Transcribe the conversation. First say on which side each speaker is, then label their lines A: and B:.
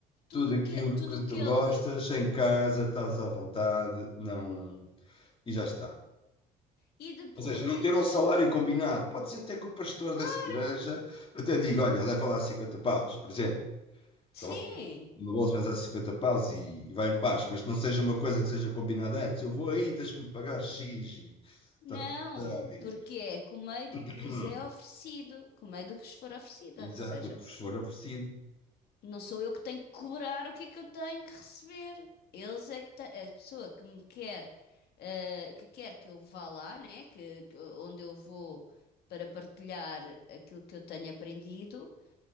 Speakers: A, on the left; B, on the left.
A: Tudo
B: tudo aquilo
A: o que, tudo
B: que
A: o que
B: tu
A: ele.
B: gostas, em casa, estás à vontade, não, e já está.
A: E depois?
B: Ou seja, não ter um salário combinado. Pode ser até que o pastor dessa
A: Claro,
B: igreja até diga, olha, leva lá 50 paus, por exemplo.
A: sim.
B: Então, no bolso mas há 50 paus e, e vai em paz, mas não seja uma coisa que seja combinada antes. Eu vou aí, tens que me pagar X e...
A: Não,
B: Tá, tá, tá, e-
A: porque é comei do
B: <clears throat>
A: que vos é oferecido, comei do que vos for oferecido,
B: Exato,
A: ou seja,
B: do que vos for oferecido.
A: não sou eu que tenho que cobrar o que é que eu tenho que receber. Eles é que te- a pessoa que me quer, eh, que quer que eu vá lá, né, que, que- onde eu vou para partilhar aquilo que eu tenho aprendido,